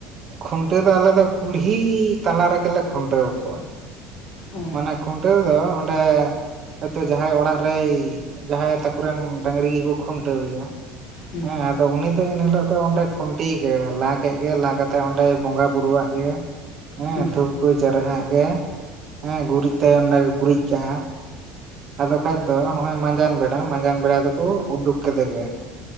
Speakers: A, on the right (about 35°); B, on the left (about 65°).
A: ᱠᱷᱩᱱᱴᱟᱹᱣ ᱫᱚ ᱟᱞᱮ ᱫᱚ ᱠᱩᱞᱦᱤ ᱛᱟᱞᱟ ᱨᱮᱜᱮᱞᱮ ᱠᱷᱩᱱᱴᱟᱹᱣ ᱟᱠᱚᱣᱟ᱾
B: ᱚ
A: ᱢᱟᱱᱮ ᱠᱷᱩᱱᱴᱟᱹᱣ ᱫᱚ ᱚᱸᱰᱮ ᱦᱚᱭᱛᱳ ᱡᱟᱦᱟᱸᱭ ᱚᱲᱟᱜ ᱨᱮ ᱡᱟᱦᱟᱸᱭ ᱛᱟᱠᱩ ᱨᱮᱱ ᱰᱟᱹᱟᱝᱨᱤ ᱜᱮᱠᱚ ᱠᱷᱩᱱᱴᱟᱹᱣ ᱮᱭᱟ᱾
B: ᱦᱩᱸ
A: ᱦᱮᱸ ᱟ ᱟᱫᱚ ᱩᱱᱤ ᱫᱚ ᱮᱱᱦᱤᱞᱳᱜ ᱫᱚ ᱚᱸᱰᱮ ᱠᱷᱩᱱᱴᱤ ᱜᱮ ᱞᱟ ᱠᱮᱫ ᱜᱮ, ᱞᱟ ᱠᱟᱛᱮᱜ ᱚᱸᱰᱮᱭ ᱵᱚᱸᱜᱟ ᱵᱩᱨᱩᱣᱟᱜ ᱜᱮ ᱦᱮᱸ
B: ᱦᱩᱸ
A: ᱫᱷᱩᱯ ᱠᱩ ᱡᱟᱨᱟᱜᱟᱜ ᱜᱮ ᱦᱮᱸ ᱜᱩᱨᱤᱡ ᱛᱟᱭᱚᱢ ᱜᱮ ᱜᱩᱨᱤᱡ ᱠᱟᱜᱼᱟ᱾ ᱟᱫᱚ ᱠᱷᱟᱡ ᱫᱚ ᱦᱚᱸᱜ ᱚᱜ ᱢᱟᱸᱡᱟᱱ ᱵᱮᱲᱟ ᱢᱟᱸᱡᱟᱱ ᱵᱮᱲᱟ ᱫᱚᱠᱚ ᱩᱰᱩᱠ ᱠᱮᱫᱮᱜ ᱜᱮ